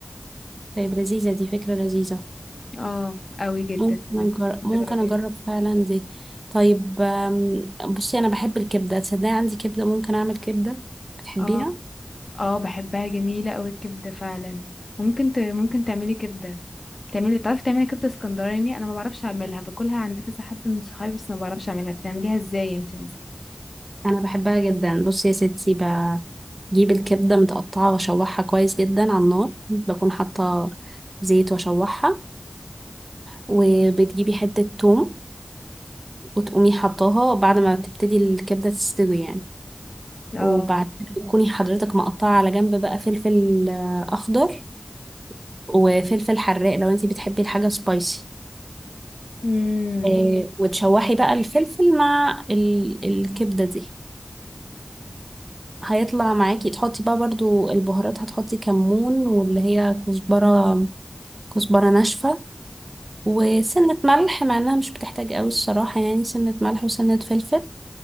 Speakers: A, on the right; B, on the left.
A: طيب لذيذه دي فكره لذيذه
B: اه قوي جدا
A: ممكن
B: بجد
A: أجرب
B: كنت
A: ممكن
B: تجربيها
A: اجرب فعلا دي طيب آم، بصي انا بحب الكبده تصدقي عندي كبده ممكن اعمل كبده بتحبيها
B: اه اه بحبها جميلة قوي الكبدة فعلا ممكن ت... ممكن تعملي كبدة تعملي تعرفي تعملي كبدة اسكندراني انا ما بعرفش اعملها باكلها عند كذا حد من صحابي بس ما بعرفش اعملها بتعمليها ازاي انت مثلا
A: انا بحبها جدا بصي يا ستي بجيب الكبده متقطعه واشوحها كويس جدا على النار بكون حاطه زيت واشوحها وبتجيبي حته توم وتقومي حطاها بعد ما تبتدي الكبده تستوي يعني
B: اه
A: وبعدين بتكوني حضرتك مقطعه على جنب بقى فلفل آه، اخضر وفلفل حراق لو انتي بتحبي الحاجه سبايسي
B: امم
A: آه، وتشوحي بقى الفلفل مع ال- الكبده دي هيطلع معاكي تحطي بقى برضو البهارات هتحطي كمون واللي هي كزبرة كزبرة ناشفة وسنة ملح مع انها مش بتحتاج قوي الصراحة يعني سنة ملح وسنة فلفل